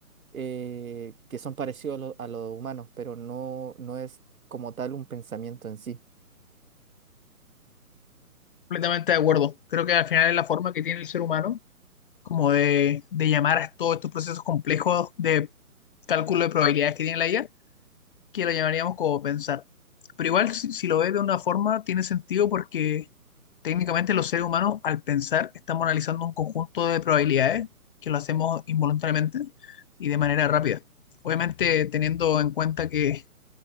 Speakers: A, on the right (about 65°); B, on the left (about 35°).
A: eh, que son parecidos a lo- a los humanos, pero no, no es como tal un pensamiento en sí.
B: Completamente de acuerdo. Creo que al final es la forma que tiene el ser humano como de, de llamar a todos estos procesos complejos de cálculo de probabilidades que tiene la IA, que lo llamaríamos como pensar. Pero igual, si, si lo ves de una forma, tiene sentido porque técnicamente los seres humanos, al pensar, estamos analizando un conjunto de probabilidades que lo hacemos involuntariamente y de manera rápida. Obviamente, teniendo en cuenta que